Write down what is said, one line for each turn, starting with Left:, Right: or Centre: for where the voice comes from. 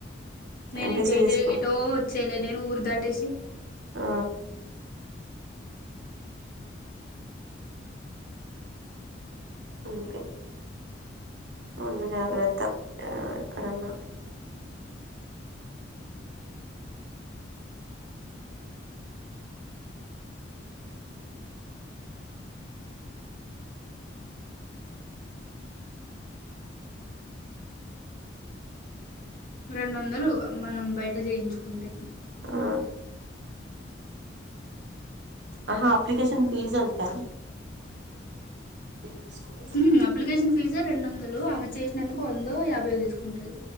Left: నేను
Right: ఎంపీసీ
Left: ఏ
Right: తీసుకుంటా
Left: ఏటో వచ్చేలే నేను ఊరు దాటేసి
Right: ఆ అందుకే
Left: ఉహుమ్
Right: ముందు జాగ్రత్త ఆ ఎక్కడున్నా
Left: అమ్ రెండు వందలు మనం బయట చేయించుకుంటే
Right: ఆ ఆహా అప్లికేషన్ ఫీజ్ ఎంతా తీసుకోరు
Left: ఉహుమ్ అప్లికషన్ ఫీ జు రెండు వందలు అమె చేసినందుకు వందో యాభై తీసుకుంటది